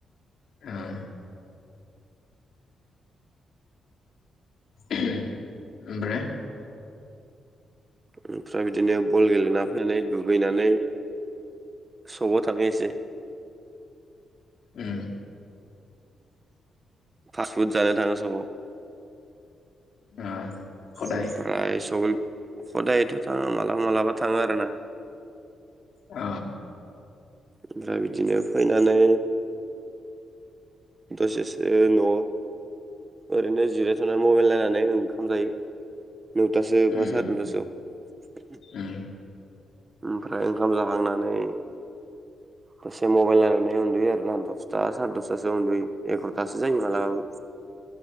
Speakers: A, on the left; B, on the right.
A: अ ओम ओमफ्राय।
B: ओमफ्राय बिदिनो बल गेलेना फैनानै दुगैनानै सकआव थाङो एसे।
A: उम
B: फासफुड जानो थाङो सकआव।
A: ओ। हदाय
B: ओमफ्राय सक। कदायथ' थाङा मालाबा मालाबा थाङो आरोना।
A: ओ।
B: ओमफ्राय बिदिनो फैनानै। दसेसे न'। ओरैनो जिराय थ'नानै मबाइल नायनानै ओंखाम जायो। नौथासो
A: उम
B: बा सारि नयथासोयाव।
A: उम
B: ओमफ्राय ओंखाम जाखांनानै। दसे मबाइल नायनानै उन्दुयो आरोना दसथा सारे दसथासो उन्दुयो एकार'थासो जायो मालाबाबो।